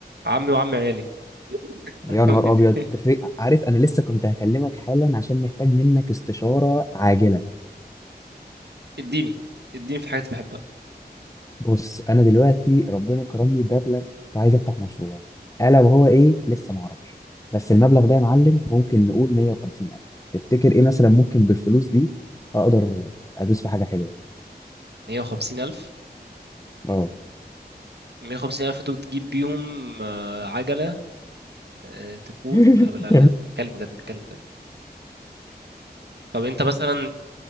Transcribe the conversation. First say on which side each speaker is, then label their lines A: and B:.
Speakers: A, on the right (about 85°); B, on the left (about 20°).
A: عمي وعم عيالي <laughs>
B: يا نهار
A: أعمل
B: ابيض
A: إيه؟
B: تفرق عارف انا لسه كنت هكلمك حالا عشان محتاج منك استشاره عاجله
A: اديني اديني في حاجات بحبها
B: بص انا دلوقتي ربنا كرمني بمبلغ وعايز افتح مشروع الا وهو ايه لسه ما اعرفش بس المبلغ ده يا معلم ممكن نقول 150 الف تفتكر ايه مثلا ممكن بالفلوس دي اقدر ادوس في حاجه حلوه
A: 150 ألف
B: اه
A: 150 ألف دول تجيب بيهم آه، عجلة آه، تكون
B: <laughs>
A: ولا لا لا نتكلم بجد نتكلم بجد طب أنت مثلا